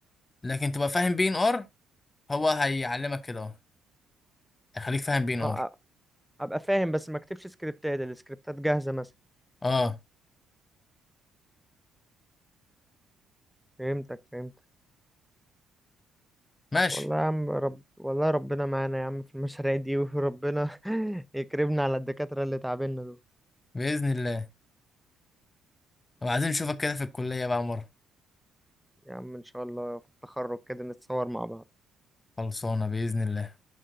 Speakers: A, on the left; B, in the centre.
A: لكن تبقى فاهم بي ان ار هو هيعلمك كده اه هيخليك فاهم بي ان ار
B: اه أ- ابقى فاهم بس ما اكتبش سكريبتات السكريبتات جاهزة مثلا
A: اه
B: فهمتك فهمتك
A: ماشي
B: والله يا عم رب والله ربنا معانا يا عم في المشاريع دي وربنا <laughs> يكرمنا على الدكاترة اللي تعبنا دول
A: باذن الله وعايزين نشوفك كده في الكلية بقى مرة
B: يا عم ان شاء الله في التخرج كده نتصور مع بعض
A: خلصانة باذن الله